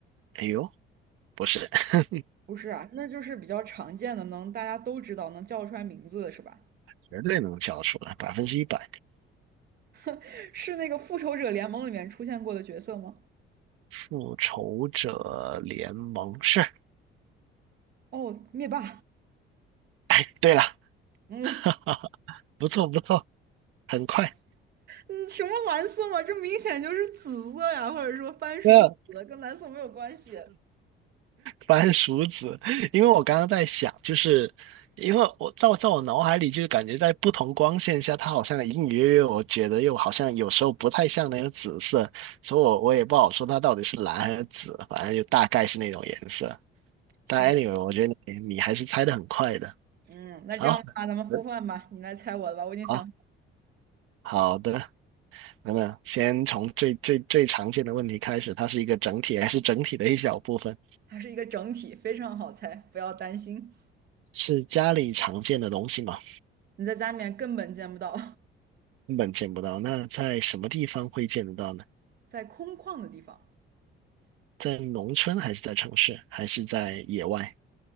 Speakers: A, on the right; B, on the right.
A: 哎呦，不是，<laughs>
B: 不是啊，那就是比较常见的，能大家都知道，能叫出来名字的是吧？
A: 绝对能叫出来，百分之一百。
B: <laughs> 是那个复仇者联盟里面出现过的角色吗？
A: 复仇者联盟是，
B: 哦，灭霸。
A: 哎，对了，
B: 嗯
A: <laughs> 不错不错，很快。
B: 嗯，什么蓝色嘛？这明显就是紫色呀，或者说番薯紫，
A: 那
B: 跟蓝色没有关系。
A: 番薯子，因为我刚刚在想，就是因为我在我在我脑海里，就是感觉在不同光线下，它好像隐隐约约，我觉得又好像有时候不太像那个紫色，所以我我也不好说它到底是蓝还是紫，反正就大概是那种颜色。
B: 行，
A: 但 anyway，我觉得你你还是猜的很快的。
B: 嗯，那这样的话，
A: 好，
B: 咱们互换吧，
A: 嗯
B: 你来猜我的吧，我已经想，
A: 好，好的，那么先从最最最常见的问题开始，它是一个整体还是整体的一小部分？
B: 它是一个整体，非常好猜，不要担心。
A: 是家里常见的东西吗？
B: 你在家里面根本见不到，
A: 根本见不到。那在什么地方会见得到呢？
B: <laughs> 在空旷的地方。
A: 在农村还是在城市，还是在野外？